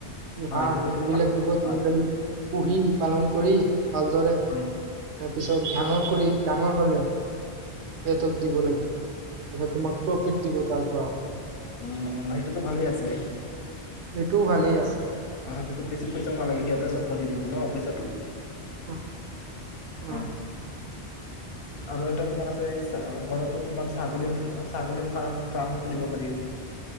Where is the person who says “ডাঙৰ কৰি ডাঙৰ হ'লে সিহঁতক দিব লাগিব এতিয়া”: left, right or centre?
Right